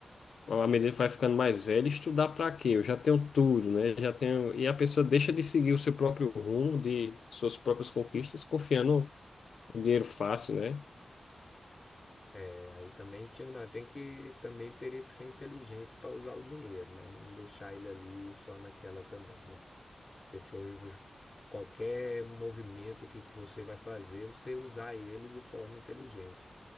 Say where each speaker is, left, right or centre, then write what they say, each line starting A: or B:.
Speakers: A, on the left; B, on the left.
A: à medida que vai ficando mais velha, estudar para quê? Eu já tenho tudo, né? Já tenho, e a pessoa deixa de seguir o seu próprio rumo, de suas próprias conquistas, confiando. Um dinheiro fácil, né?
B: É, aí também tinha, não, tem que também teria que ser inteligente para usar o dinheiro, né? Não deixar ele ali só naquela também, né? Se for ju- qualquer movimento que você vai fazer, você usar ele de forma inteligente,